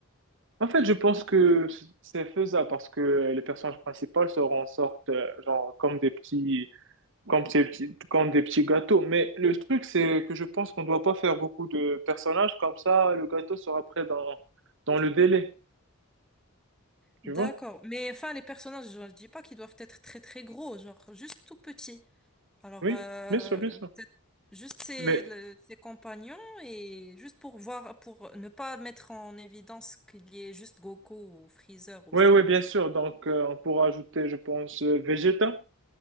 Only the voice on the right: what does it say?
En fait, je pense que c'est faisable parce que les personnages principales se en sortent euh, genre comme des petits comme des petits, comme des petits gâteaux. Mais le truc, c'est que je pense qu'on doit pas faire beaucoup de personnages, comme ça, le gâteau sera prêt dans, dans le délai. Tu
vois?
Oui,
bien sûr, bien sûr.
Mais,
oui,
oui, bien sûr. Donc, euh, on pourra ajouter, je pense, euh, Vegeta,